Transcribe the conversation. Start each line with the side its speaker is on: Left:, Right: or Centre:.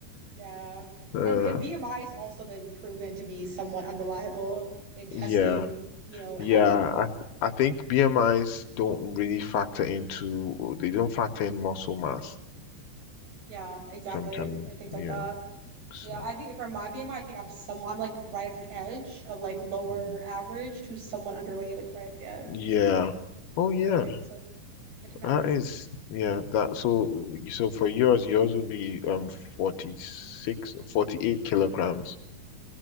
Right: yeah.
Left: Uh,
Right: And, and BMI has also been proven to be somewhat unreliable in testing,
Left: yeah,
Right: you know, health.
Left: yeah. I th I think BMIs don't really factor into they don't factor in muscle mass
Right: Yeah, exactly.
Left: sometimes.
Right: And things
Left: Yeah.
Right: like that.
Left: So
Right: Yeah, I think for my BMI, I I think I'm some I'm like right at the edge of like lower
Left: mm,
Right: average to somewhat underweight, like right at the edge.
Left: yeah. Oh
Right: Probably.
Left: yeah.
Right: So it depends.
Left: That is yeah. That so so for yours, yours would be um 46, 48 kilograms.